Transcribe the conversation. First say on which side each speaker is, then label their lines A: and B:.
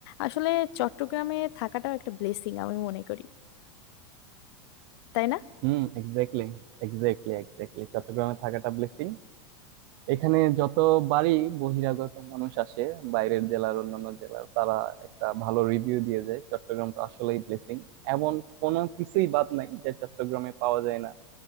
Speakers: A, on the left; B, on the right.
A: আসলে চট্টগ্রামে থাকাটাও একটা ব্লেসিং আমি মনে করি তাই না
B: Hmm exactly exactly exactly চট্টগ্রামে থাকাটা ব্লেসিং এখানে যত বাড়ি বহিরাগত মানুষ আসে বাইরের জেলার অন্যান্য জেলার তারা একটা ভালো রিভিউ দিয়ে যায় চট্টগ্রামটা আসলেই ব্লেসিং এমন কোনো কিছুই বাদ নাই যে চট্টগ্রামে পাওয়া যায় না